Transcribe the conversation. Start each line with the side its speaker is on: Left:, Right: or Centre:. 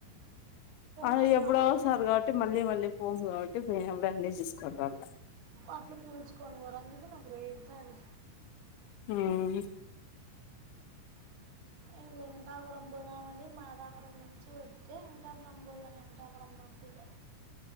Left: ఆ
Right: మళ్ళా
Left: ఎప్పుడోసారి
Right: మళ్ళీ
Left: కాబట్టి మళ్ళీ మళ్ళీ పోము కాబట్టి పోయినప్పుడే అన్నీ చూసుకొన్రాళ్ళ.
Right: అట్ల పీల్చుకొని పొరు అందుకే నాకు రేగుతాంది.
Left: మ్మ్ హు
Right: ఇంగ వెంకటాపురం పోదామని మాదాపురం నుంచి వత్తె ఎంకట అమ్మోళ్ళు నన్ను వెంకటాపురం పంపిలే